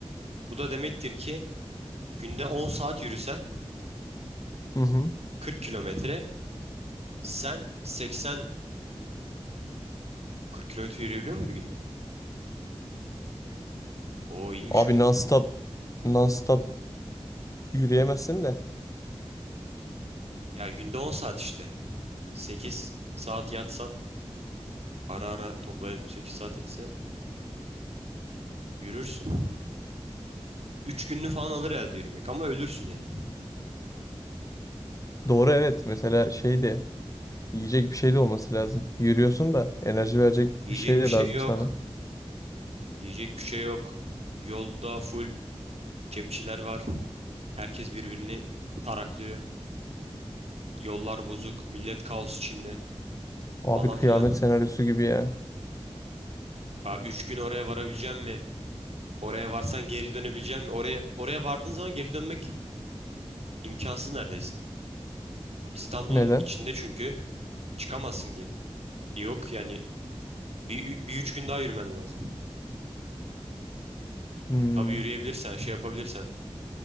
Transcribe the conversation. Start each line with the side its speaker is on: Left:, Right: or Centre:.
Right: Bu da demektir ki günde 10 saat yürüsen
Left: Hı hı.
Right: kırk kilometre Sen 80-40 kilometre yürüyebiliyor musun bir günde? Oo iyiymiş
Left: Abi
Right: o zaman.
Left: non-stop non-stop yürüyemezsin de.
Right: Ya günde 10 saat işte. 8 saat yatsan ara ara toplayıp 8 saat etse yürürsün. 3 gününü falan alır elde yürümek ama ölürsün yani.
Left: Doğru evet mesela şey de yiyecek bir şey de olması lazım. Yürüyorsun da enerji verecek
Right: Yiyecek
Left: bir şey de
Right: bir şey
Left: lazım
Right: yok.
Left: sana.
Right: Yiyecek bir şey yok. Yolda full cepçiler var. Herkes birbirini taraklıyor. Yollar bozuk. Millet kaos içinde
Left: Abi
Right: falan
Left: kıyamet
Right: filan.
Left: senaryosu gibi ya.
Right: Aa, 3 gün oraya varabileceğim mi? Oraya varsan geri dönebileceğim mi? Oraya, oraya vardığın zaman geri dönmek imkansız neredeyse. İstanbul'un
Left: Neden?
Right: içinde çünkü çıkamazsın geri. E, Yok yani bir, bir üç gün daha yürümen lazım.
Left: Hmm.
Right: Tabii yürüyebilirsen şey yapabilirsen.